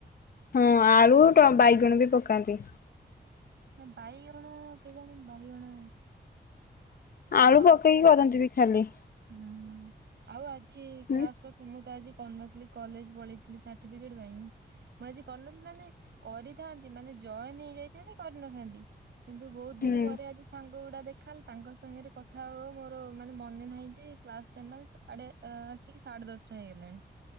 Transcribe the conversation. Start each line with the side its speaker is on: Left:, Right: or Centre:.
Left: ହଁ ଆଳୁ ବାଇଗଣ ବି ପକାନ୍ତି।
Right: ନା ବାଇଗଣ କେ ଜାଣି ବାଇଗଣ।
Left: ଆଳୁ
Right: ହଁ
Left: ପକେଇକି
Right: ଆଉ
Left: କରନ୍ତି ବି ଖାଲି
Right: ହୁଁ ଆଉ ଆଜି
Left: ହୁଁ
Right: କ୍ଲାସ କରିଛ? ମୁଁ ତ ଆଜି କରିନଥିଲି, କଲେଜ ପଳେଇଥିଲି, ସାର୍ଟିଫିକେଟ ପାଇଁ, ମୁଁ ଆଜି କରିନଥିଲି ମାନେ, କରିଥାନ୍ତି, ମାନେ ଜୟନ ନେଇଯାଇଥାନ୍ତି, କରିନଥାନ୍ତି। କିନ୍ତୁ ବହୁତ
Left: ହୁଁ
Right: ଦିନ ପରେ ଆଜି ସାଙ୍ଗ ଗୁଡା ଦେଖାହେଲେ, ତାଙ୍କ ସାଙ୍ଗରେ କଥା ହଉହଉ ମୋର ମାନେ ମନେ ନାହିଁ କ୍ଲାସ ଟାଇମ ମାନେ, ଆସିକି ସାଢେ ଦଶଟା ହେଇଗଲାଣି।